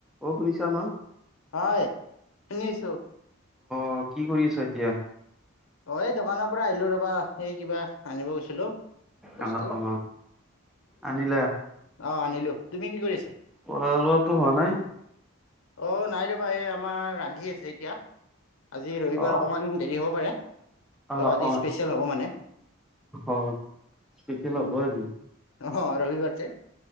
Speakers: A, in the centre; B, on the left.
A: অ শুনিছা ন?
B: হয়। শুনি আছো।
A: অ কি কৰি আছা এতিয়া?
B: অ এই দোকানৰ পৰা আহিলো ৰবা, এই কিবা আনিব গৈছিলো। বস্তু
A: অ অ। আনিলা?
B: অ আনিলো। তুমি কি কৰি আছা?
A: খোৱা লোৱাটো হোৱা নাই?
B: অ নাই ৰবা এই আমাৰ ৰান্ধি আছে এতিয়া। আজি ৰবিবাৰ
A: অ
B: অকমান দেৰি হ'ব পাৰে। অলপ
A: অ
B: আজি
A: অ
B: স্পেচিয়েল হ'ব মানে।
A: অ স্পেচিয়েল হ'ব আজি
B: অ ৰবিবাৰ যে,